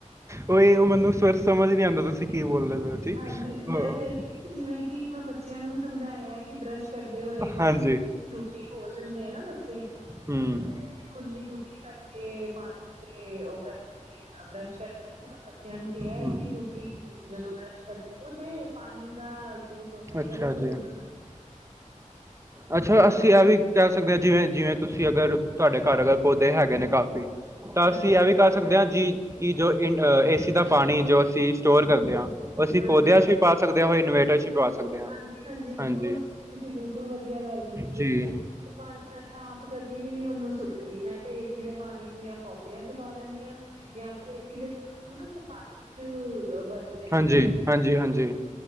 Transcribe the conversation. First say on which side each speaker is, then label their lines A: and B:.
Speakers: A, on the right; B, on the right.
A: ਉਹਹੀ ਉਹ ਮੈਨੂੰ ਸਮਝ ਨਹੀ ਆਂਉਦਾ ਤੁਸੀ ਕੀ ਬੋਲਦੇ ਪਏ ਹੋ- ਜੀ।
B: ਹਾਂਜੀ,
A: ਅਹ,
B: ਮੈ ਕਹਿ ਰਹੀ ਸੀ ਕਿ ਜਿਵੇ ਕਿ ਮੈ ਬੱਚਿਆਂ ਨੂੰ ਵੀ ਸਮਝਾਇਆ ਕਿ ਬਰੱਸ਼- ਕਰਦੇ ਹੋਏ, ਪਾਣੀ
A: ਹਾਂਜੀ,
B: ਦੀ ਟੂਟੀ ਖੋਲ ਦਿੰਦੇ ਆ ਨਾ ਬੱਚੇ।
A: ਹੂੰ।
B: ਤੇ ਖੁੱਲੀ ਟੂਟੀ ਛੱਡ ਕੇ, ਪਾਣੀ ਤੇ ਓ ਕਰਦੇ ਨੇ ਬਰੱਸ਼ ਕਰਦੇ ਨੇ, ਤੇ ਬੱਚੇਆਂ ਨੂੰ ਕੇਆ
A: ਹੂੰ
B: ਐ, ਕਿ ਟੂਟੀ ਜਦੋ ਬਰੱਸ਼ ਉਸ ਪਾਨੀ ਦਾ ਯੂਸ ਓਨਾ ਹੀ
A: ਅੱਛਾ
B: ਕਰੋ ਜਦੋਂ
A: ਜੀ
B: ਤੱਕ
A: ਅੱਛਾ,
B: ਹਾਂ
A: ਅਸੀ ਐ ਵੀ ਕੈ ਸਕਦੇ ਆ ਜਿਵੇਂ, ਜਿਵੇਂ ਤੁਸੀਂ ਅਗਰ ਤੁਆਡੇ ਘਰ ਅਗਰ ਪੌਦੇ ਹੈਗੇ ਨੇ ਕਾ ਫੀ ਤਾ
B: ਹਾਂਜੀ
A: ਅਸੀ ਐ ਕਰ ਸਕਦੇ ਆ ਜੀ ਕਿ ਜੋ ਏ ਸੀ ਦਾ ਪਾਣੀ ਜੋ ਅਸੀ ਸਟੋਰ ਕਰਦੇ ਆ। ਅਸੀਂ
B: ਹਾਂਜੀ
A: ਪੌਦੇਆਂ ਚ' ਵੀ ਪਾ ਸਕਦੇ ਆ, ਓ ਇਨਵੇਟਰ
B: ਬਿਲਕੁਲ
A: ਚ' ਵੀ ਪਾ ਸਕਦੇ ਆ।
B: ਹਾਂਜੀ
A: ਹਾਂਜੀ।
B: ਬਿਲਕੁਲ ਤੁਸੀਂ ਬਿਲਕੁਲ ਵਦੀਆ ਗੱਲ ਕੀਤੀ
A: ਜੀ
B: ਏ, ਪਾਣੀ ਮੈ ਆਪ ਕਦੀ ਵੀ ਨੀ ਓਨੂੰ ਸੁੱਟਦੀ ਮੈਂ ਤੇ ਏਸੀ ਦੇ ਪਾਣੀ ਨੂੰ ਯਾ ਪੌਦੇਆਂ ਚ' ਪਾ ਦਿੰਨੀ ਆ। ਯਾ ਫਿਰ ਏਸੀ ਦੇ ਪਾਣੀ ਨੂੰ ਨਾ ਸਫਾਈ ਚ' ਵਰਤਦੇ
A: ਹਾਂਜੀ, ਹਾਂਜੀ, ਹਾਂਜੀ,